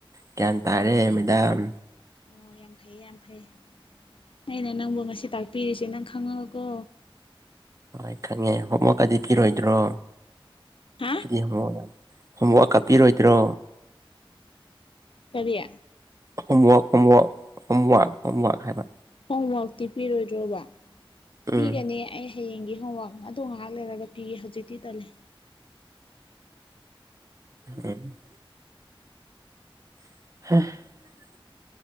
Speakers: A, on the right; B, on the left.
A: ꯚ꯭ꯌꯥꯟ ꯇꯥꯔꯦ ꯃꯦꯗꯥꯝ
B: ꯑꯣ ꯌꯥꯝ ꯐꯩꯌꯦ ꯌꯥꯝ ꯐꯩ ꯑꯩꯅ ꯅꯪꯕꯨ ꯉꯁꯤ ꯇꯥꯛꯄꯤꯔꯤꯁꯦ ꯅꯪ ꯈꯪꯉꯒꯀꯣ
A: ꯍꯣꯏ ꯈꯪꯉꯦ ꯍꯣꯝꯋꯀꯗꯤ ꯄꯤꯔꯣꯏꯗ꯭ꯔꯣ
B: ꯍꯥ
A: ꯑꯩꯗꯤ ꯍꯣ ꯍꯣꯝꯋꯥꯛ ꯀꯥꯞꯄꯤꯔꯣꯏꯗ꯭ꯔꯣ
B: ꯀꯔꯤ
A: ꯍꯚ ꯍꯚ ꯍꯚꯛ ꯍꯚꯒ ꯍꯥꯏꯕ
B: ꯍꯣꯝꯋꯔꯛꯇꯤ ꯄꯤꯔꯣꯏꯗ꯭ꯔꯣꯕ
A: ꯎꯝ
B: ꯄꯤꯒꯅꯤ ꯑꯩ ꯍꯌꯦꯡꯒꯤ ꯍꯣꯝꯋꯥꯛ ꯑꯗꯨꯗ ꯉꯥꯏꯍꯥꯛ ꯂꯩꯔꯒ ꯄꯤꯒ ꯍꯧꯖꯤꯛꯇꯤ ꯇꯜꯂꯦ
A: ꯎꯝ <unintelligible>